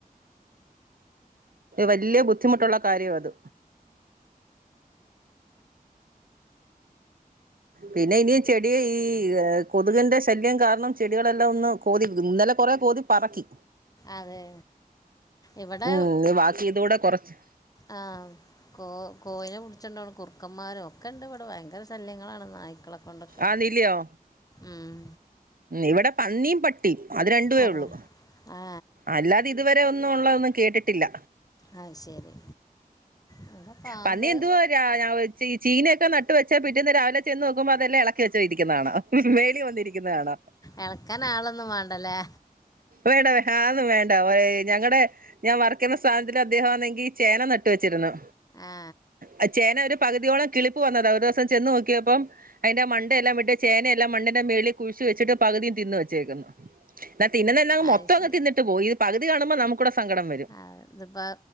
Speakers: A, on the right; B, on the left.
A: വല്ല്യ ബുദ്ധിമുട്ടുള്ള കാര്യവാ അത് പിന്നെ ഇനിയും ചെടി ഈ കൊതുകിന്റെ ശല്യം കാരണം ചെടികളെല്ലാം ഒന്ന് കോതി ഇന്നലെ കൊറെ കോതി പറക്കി
B: അതെ ഇവിടെ
A: ഉം ബാക്കി ഇതൂടെ കുറച്ച്
B: ആ കോ കോയിനെ ച്ചൊണ്ടോവ്ണ കുർക്കന്മാരോ ക്കണ്ട് ഇവിടെ ഭയങ്കര ശല്യങ്ങളാണ് നായ്ക്കളെ കൊണ്ടൊക്കെ
A: ആന്നില്ലയോ
B: ഉം
A: ഇവിടെ പന്നിയും പട്ടി അത് രണ്ടുവേ
B: അതെ
A: ഉള്ളു
B: ആ
A: അല്ലാതെ ഇതുവരെ ഒന്നും ഉള്ളതൊന്നും കേട്ടിട്ടില്ല
B: ആ ശരി ഇവിടെ പാമ്പ്
A: പന്നി എന്തുവാ രാ ഞൻ ചീനയൊക്കെ ന വെച്ചാ പിറ്റീന്ന് രാവിലെ ചെന്ന് നോക്കുമ്പോ അതല്ലാം ഇളക്കി വെച്ചരിക്ക്ന്ന് കാണാം മേളി വന്നിരിക്കുന്നത് കാണാം
B: എളക്കാനാളൊന്നും വേണ്ടല്ലേ
A: വേണ്ട ആ അതൊന്നും വേണ്ട ഏയ് ഞങ്ങടെ ഞാൻ വർക്ക് ചെയ്യ്ണ സ്ഥാപനത്തില് അദ്ദേഹം ചേന നട്ട് വച്ചിരുന്നു
B: ആ
A: ആ ചേന പകുതിയോളം കിളി പോകുന്നതാ ഒരു ദിവസം ചെന്ന് നോക്കിയപ്പം അയ്ന്റെ മണ്ടയെല്ലാം ചേനയെല്ലാം മണ്ണിന്റെ മേളി കുയിച്ച് വെച്ചിട്ട് പകുതി തിന്ന് വച്ചേക്കുന്നു ന്നെ മൊത്തം
B: അത് ശരി
A: തിന്നിട്ട്പോയി പകു ഇത് കാണുമ്പോ നമുക്കുടെ സങ്കടം വരും.
B: ആ, ഇതിപ്പോ